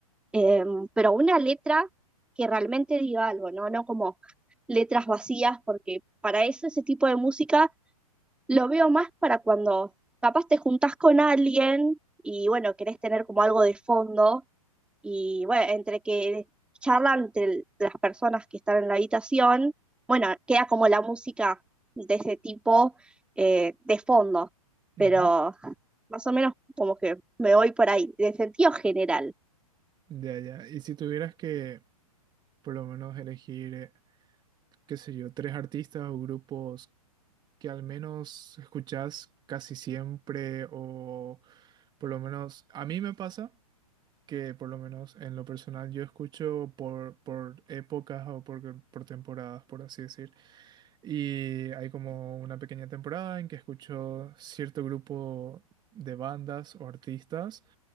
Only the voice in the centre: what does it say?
Em, pero una letra que realmente diga algo, ¿no? No como letras vacías, porque para eso ese tipo de música lo veo más para cuando capaz te juntás con alguien y bueno, querés tener como algo de fondo y bueno, entre que charlan entre el- las personas que están en la habitación, bueno, queda como la música de ese tipo eh, de fondo, pero
más o menos como que me voy por ahí, de sentido general.